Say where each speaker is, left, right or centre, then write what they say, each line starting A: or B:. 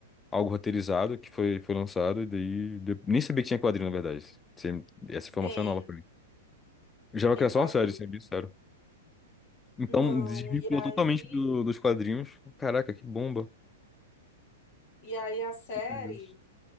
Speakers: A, on the left; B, on the left.
A: Algo roteirizado que foi, foi lançado e daí. de- Nem sabia que tinha quadrinho, na verdade. Sem- Essa informação
B: Tem,
A: é nova pra mim. Eu jurava
B: tem
A: que era
B: quadrinho.
A: só uma série, sendo bem sério. Então,
B: Não,
A: desvinculou
B: e aí,
A: totalmente do- dos quadrinhos. Caraca, que bomba.
B: e aí a série,
A: Meu Deus.